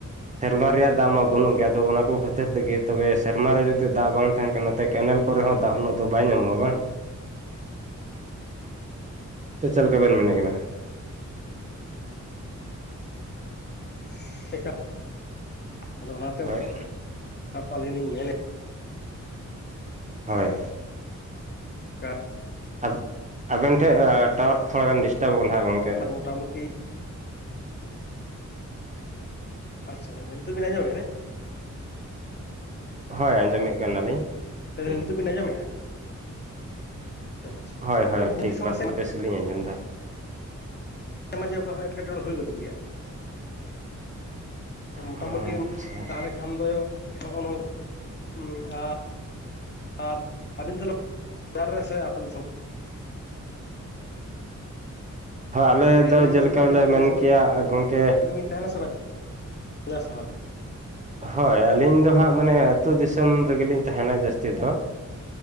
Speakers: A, on the right; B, on the left.
A: ᱥᱮᱨᱢᱟ ᱨᱮᱭᱟᱜ ᱫᱟᱜ ᱢᱟ ᱵᱟᱹᱱᱩᱜ ᱜᱮᱭᱟ ᱟᱫᱚ ᱚᱱᱟ ᱠᱚ ᱠᱷᱟᱹᱛᱤᱨ ᱛᱮᱜᱮ ᱛᱚᱵᱮ ᱥᱮᱨᱢᱟ ᱨᱮ ᱡᱩᱫᱤ ᱫᱟᱜ ᱵᱟᱝ ᱛᱟᱦᱮᱱ ᱠᱟᱱᱟ ᱛᱮ ᱠᱮᱱᱮᱞ ᱠᱚᱨᱮ ᱦᱚᱸ ᱫᱟᱜ ᱩᱱᱟᱹᱜ ᱫᱚ ᱵᱟᱭ ᱧᱟᱢᱚᱜᱼᱟ ᱵᱟᱝ ᱥᱮ ᱪᱮᱫ ᱞᱮᱠᱟ ᱵᱮᱱ ᱢᱮᱱᱮᱫ ᱠᱟᱱᱟ ᱾
B: <unintelligible> ᱟᱫᱚ ᱚᱱᱟᱛᱮ
A: ᱦᱳᱭ
B: ᱟᱹᱞᱤᱧ ᱞᱤᱧ ᱢᱮᱱᱮᱫ
A: ᱦᱳᱭᱻ
B: ᱚᱱᱠᱟ
A: <unintelligible> ᱟᱵᱮᱱ ᱴᱷᱮᱱ ᱴᱟᱣᱟᱨ ᱛᱷᱚᱲᱟ ᱜᱟᱱ ᱰᱤᱥᱴᱟᱵ ᱠᱟᱱᱟᱜ ᱜᱚᱢᱠᱮ ᱾
B: ᱢᱚᱴᱟ ᱢᱩᱴᱤ ᱟᱪᱪᱷᱟ ᱱᱤᱛᱚᱜ ᱵᱤᱱ ᱟᱸᱡᱚᱢᱮᱫᱼᱟ ᱨᱮ
A: ᱦᱳᱭ ᱟᱸᱡᱚᱢᱮᱫ ᱠᱟᱱᱟᱞᱤᱧ
B: ᱞᱟᱹᱭ ᱫᱟᱞᱤᱧ
A: ᱦᱻ
B: ᱱᱤᱛᱚᱜ ᱵᱤᱱ ᱟᱡᱚᱢ ᱮᱭᱟ ᱛᱟᱦᱳᱞᱮ ᱟᱪᱷᱟ
A: ᱦᱳᱭ ᱦᱳᱭ ᱴᱷᱤᱠ ᱵᱟᱛ
B: <unintelligible>
A: ᱵᱮᱥ ᱜᱮᱞᱤᱧ ᱟᱸᱡᱚᱢ ᱮᱫᱟ ᱾
B: ᱦᱮᱸ ᱢᱟᱡᱮ ᱚᱠᱟ ᱥᱚᱢᱚᱭ ᱮᱴᱠᱮᱴᱚᱬᱮ ᱦᱩᱭ ᱜᱚᱫᱚᱜ ᱜᱮᱭᱟ ᱾ ᱢᱳᱴᱟᱢᱩᱴᱤ
A: ᱟᱪᱪᱷᱟ
B: ᱛᱟᱦᱚᱞᱮ ᱠᱷᱟᱱ ᱫᱚ ᱱᱚᱜᱼᱚ ᱱᱚᱝᱠᱟ ᱾ ᱟᱨ ᱟᱹᱵᱤᱱ ᱛᱞᱳᱜ <inaudible> ᱨᱮ ᱥᱮ ᱟᱹᱛᱩᱳ ᱫᱤᱥᱚᱢ ᱾
A: ᱦᱳᱭ ᱟᱞᱮ
B: ᱞᱟᱹᱭ
A: ᱫᱚ
B: ᱫᱟᱞᱤᱧ
A: ᱡᱮᱞᱮᱠᱟ
B: ᱜᱚᱢᱠᱮ ᱟᱵᱤᱱ
A: ᱞᱮ
B: ᱫᱚ ᱟᱹᱛᱩ
A: ᱢᱮᱱ
B: ᱛᱟᱞᱟ
A: ᱠᱮᱭᱟ ᱜᱚᱢᱠᱮ
B: ᱨᱮ ᱛᱟᱦᱮᱱᱟ ᱥᱮ ᱵᱟᱡ ᱵᱟᱡᱟᱨ ᱥᱟᱦᱟᱨ ᱨᱮ?
A: ᱦᱳᱭ ᱟᱹᱞᱤᱧ ᱫᱚ ᱦᱟᱸᱜ ᱢᱟᱱᱮ ᱟᱹᱛᱩ ᱫᱤᱥᱚᱢ ᱨᱮᱜᱮᱞᱤᱧ ᱛᱟᱦᱮᱱᱟ ᱡᱟᱹᱥᱛᱤ ᱫᱚ᱾